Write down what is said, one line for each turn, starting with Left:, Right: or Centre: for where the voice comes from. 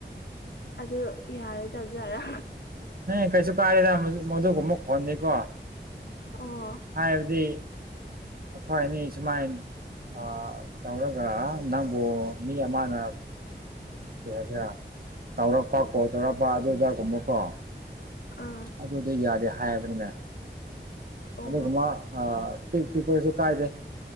Left: ꯑꯗꯨ ꯌꯥꯔꯣꯏꯗꯥꯖꯥꯔꯥ
Right: ꯅ ꯀꯩꯁꯨ ꯀꯥꯏꯗ ꯃꯗꯨꯒꯨꯝꯕꯨꯛ ꯈꯣꯟꯅꯤꯦꯀꯣ
Left: ꯑꯣ
Right: ꯍꯥꯏꯕꯗꯤ ꯑꯩꯈꯣꯏꯅꯤ ꯁꯨꯃꯥꯏꯅꯤ ꯑ ꯇꯧꯒ ꯅꯪꯕꯨ ꯃꯤ ꯑꯃꯅ ꯑꯗꯨ ꯍꯥꯏꯁꯤꯔ ꯇꯧꯔꯛꯄ ꯀꯣ ꯇꯧꯔꯛꯄ ꯑꯗꯨꯗ ꯀꯨꯝꯃꯨꯀꯣ
Left: ꯑꯥ
Right: ꯑꯗꯨꯗꯣ ꯌꯥꯗꯦ ꯍꯥꯏꯕꯅꯤꯅ
Left: ꯑꯣ
Right: ꯑꯗꯨꯒꯃꯥ ꯑ ꯄꯤꯛ ꯄꯤꯛꯄꯁꯨ ꯀꯥꯏꯗꯦ